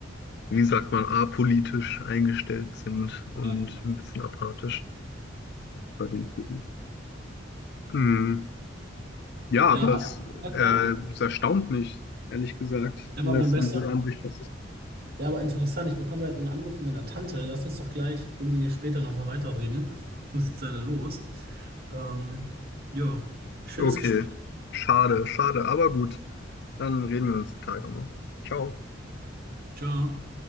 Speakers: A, on the left (about 60°); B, on the right (about 55°).
A: wie sagt man, apolitisch eingestellt sind und
B: ja.
A: ein bisschen apathisch bei den Themen. Mm, Ja, aber
B: Ja, Ja, aber
A: es,
B: mein Bester,
A: äh, es erstaunt mich, ehrlich gesagt,
B: er
A: dass
B: war mein Bester.
A: du diese Ansicht hast.
B: Ja, aber interessant, ich bekomme gerade einen Anruf von meiner Tante. Lass uns doch gleich irgendwie später nochmal weiterreden. Ich muss jetzt leider los. Ähm, ja, schönes
A: Okay,
B: Gespräch.
A: schade, schade, aber gut. Dann reden wir uns die Tage nochmal. Ciao.
B: Ciao.